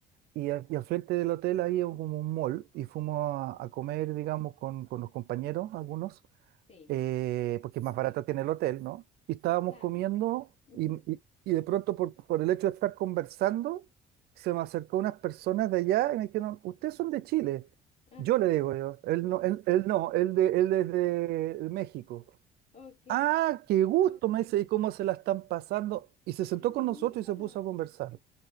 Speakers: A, on the right (about 70°); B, on the left (about 35°).
A: Y, al y al frente del hotel ahí es como un mall y fuimos a, a comer, digamos, con, con los compañeros, algunos
B: sí,
A: eh, porque es más barato que en el hotel, ¿no? Y estábamos
B: claro.
A: comiendo
B: ujú.
A: y, y- y de pronto por, por el hecho de estar conversando, se me acercó unas personas de allá y me dijeron, ¿ustedes son de Chile?
B: Ah,
A: Yo le digo yo, él no, él, él no, él, de, él es de México.
B: ok,
A: Ah, qué gusto, me dice, ¿y cómo se la están pasando? Y se
B: ay,
A: sentó con
B: mira.
A: nosotros y se puso a conversar.